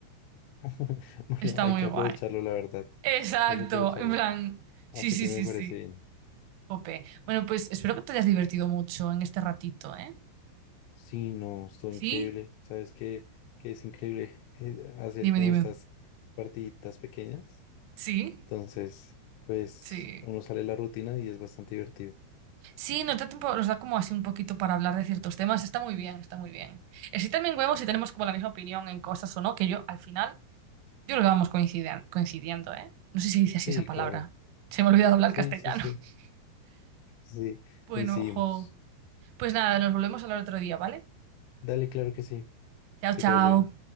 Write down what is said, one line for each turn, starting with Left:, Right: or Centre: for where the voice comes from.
Left: <laughs> Bueno,
Right: Está
Left: hay
Right: muy
Left: que
Right: guay.
Left: aprovecharlo, la verdad.
Right: Exacto.
Left: Hay que aprovecharlo.
Right: En plan, sí,
Left: Así
Right: sí,
Left: que
Right: sí,
Left: me parece
Right: sí.
Left: bien.
Right: Jope. Bueno, pues espero que te hayas divertido mucho en este ratito, ¿eh?
Left: Sí, no, estuvo
Right: Sí,
Left: increíble. ¿Sabes qué? Que es increíble eh, hacer
Right: dime,
Left: como
Right: dime.
Left: estas partiditas pequeñas.
Right: Sí,
Left: Entonces, pues
Right: sí.
Left: uno sale de la rutina y es bastante divertido.
Right: Sí, nos da tiempo, nos da como así un poquito para hablar de ciertos temas. Está muy bien, está muy bien. Así también vemos si tenemos como la misma opinión en cosas o no, que yo al final, yo creo que vamos coinciden- coincidiendo, ¿eh? No sé si se dice
Left: Sí,
Right: así esa palabra.
Left: claro.
Right: Se me ha olvidado hablar
Left: Sí,
Right: castellano.
Left: sí, sí.
Right: <laughs>
Left: Sí,
Right: Bueno,
Left: coincidimos.
Right: jo. Pues nada, nos volvemos a hablar otro día, ¿vale?
Left: Dale, claro que sí.
Right: Chao,
Left: Que
Right: chao.
Left: te vaya bien.